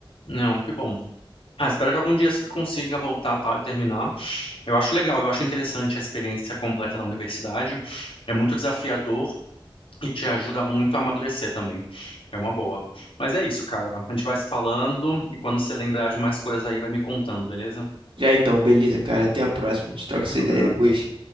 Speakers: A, on the left; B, on the right.
A: Não, que bom. Ah, espero que algum dia você consiga voltar tal e terminar. Eu acho legal, eu acho interessante a experiência completa da universidade. É muito desafiador, E te ajuda muito a amadurecer também. É uma boa. Mas é isso, cara. A gente vai se falando e quando você lembrar de mais coisas aí, vai me contando, beleza?
B: Já então, beleza, cara, até a próxima. A gente troca essa
A: Um
B: ideia
A: abraço.
B: depois.